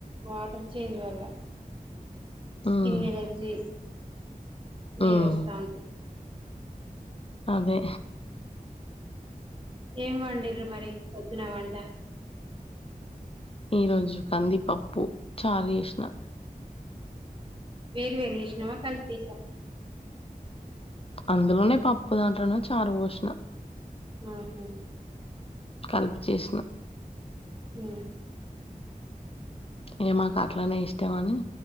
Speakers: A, on the right (about 35°); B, on the left (about 40°).
A: వాటర్ చేంజ్ వల్ల స్కిన్
B: మ్మ్
A: ఎలర్జీ వే
B: మ్మ్
A: వస్తా అంటది
B: అదే
A: ఏం వండిరు మరి పొద్దున వంట
B: ఈ రోజు కందిపప్పు చార్ చేసిన
A: వేరు వేరు చేషినవ కలిపేసా
B: అందులోనే పప్పు దాంట్లోనే చారు పోషీనా
A: ఆహ
B: కలిపి చేసిన
A: య
B: ఏ మాకు అట్లనే ఇష్టాం అని